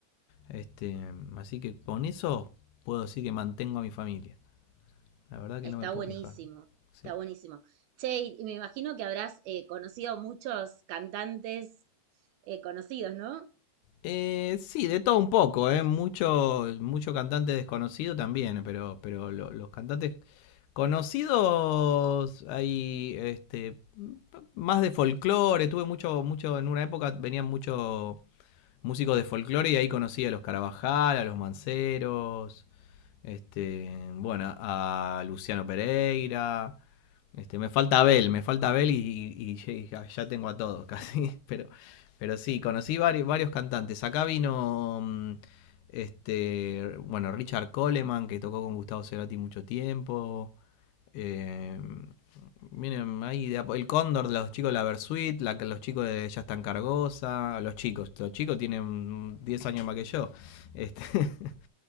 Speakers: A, on the left; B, on the right.
A: Este, así que con eso puedo decir que mantengo a mi familia. La verdad que
B: Está
A: no me puedo
B: buenísimo,
A: quejar.
B: está
A: Sí,
B: buenísimo. Che, y me imagino que habrás eh, conocido muchos cantantes eh, conocidos, ¿no?
A: Eh, sí de todo un poco, ¿eh? Mucho, mucho cantante desconocido también, pero, pero lo- los cantantes conocidos hay este más de folclore, tuve mucho, mucho, en una época venían muchos músicos de folclore y ahí conocí a los Carabajal, a los Manceros, este, bueno, a Luciano Pereira, Este, me falta Abel, me falta Abel y, y- y- ya, ya tengo a todos <laughs> casi. Pero, pero sí, conocí varios, varios cantantes. Acá vino mm, este, bueno, Richard Coleman, que tocó con Gustavo Cerati mucho tiempo. Eh, miren, ahí de a po- el Cóndor, los chicos de la Versuit, la, los chicos de Ya están Cargosa, los chicos, los chicos tienen 10 años más que yo. Este, <laughs>